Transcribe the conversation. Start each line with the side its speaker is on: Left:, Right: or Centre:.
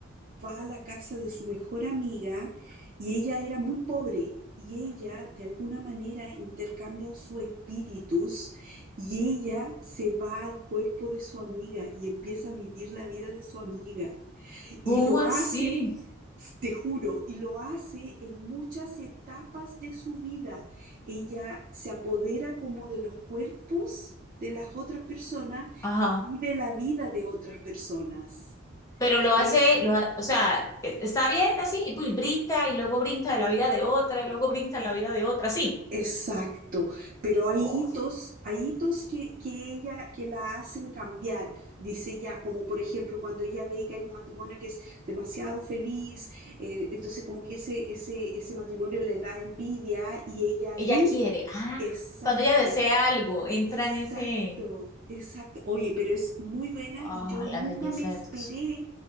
Right: va a la casa de su mejor amiga y ella era muy pobre y ella de alguna manera intercambian sus espíritus y ella se va al cuerpo de su amiga y empieza a vivir la vida de su amiga
Left: ¿Cómo
Right: y lo
Left: así?
Right: hace, te juro, y lo hace en muchas etapas de su vida. Ella se apodera como de los cuerpos de las otras personas
Left: Ajá.
Right: y vive la vida de otras personas.
Left: pero lo hace,
Right: Es
Left: lo ha- o sea, e- está bien así, y pues brinca, y luego brinca de la vida de otra, y luego brinca en la vida de otra, sí.
Right: Exacto, pero hay
Left: Oh,
Right: hitos, hay hitos que, que ella, que la hacen cambiar, dice ella, como por ejemplo cuando ella ve que hay un matrimonio que es demasiado feliz, eh, entonces como que ese, ese, ese matrimonio le da envidia y ella ahí,
Left: ella quiere, ah,
Right: exacto,
Left: cuando ella desea algo, entra
Right: Exacto,
Left: en ese,
Right: exacto. Oye, pero es muy buena
Left: oh,
Right: y yo nunca
Left: la belleza
Right: me esperé.
Left: de tus,